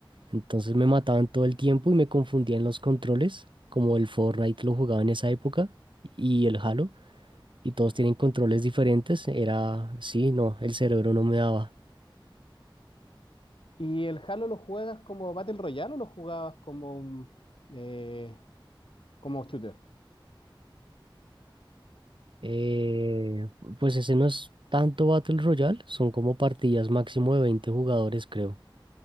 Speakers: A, on the right; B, on the left.
A: Entonces me mataban todo el tiempo y me confundían los controles, como el Fortnite lo jugaba en esa época y el Halo, y todos tienen controles diferentes. Era, sí, no, el cerebro no me daba.
B: ¿Y el Halo lo juegas como Battle Royale o lo jugabas como, un, eh, como shooter?
A: Eh, pues ese no es tanto Battle Royale, son como partidas máximo de 20 jugadores, creo.